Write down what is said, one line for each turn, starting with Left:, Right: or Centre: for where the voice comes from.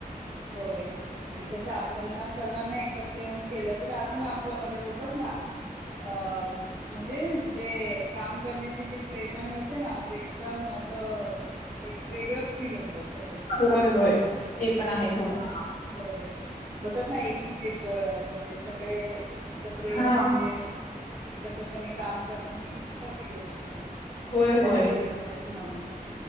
Right: होय आणि कसं आपल्याना सर्वांना एक त्र येऊन केलं तर अजून आपलं म्हणजे बोलतात ना अ म्हणजे जे काम करण्याची जी प्रेरणा मिळते ना, म्हणजे एकदम असं एक वेगळंच फील होत अस त्याच्यासाठी.
Left: होय होय ते पण आहे
Right: होय.
Left: सोडा.
Right: होय. बोतात ना एक किचे बळ अस म्हणजे स गळे एकत्र येऊन
Left: हा
Right: जे एकत्रपणे काम करणं ही खूप मोठी गोष्ट आहे.
Left: होय
Right: त्याला
Left: होय
Right: किंमत म्हणतात.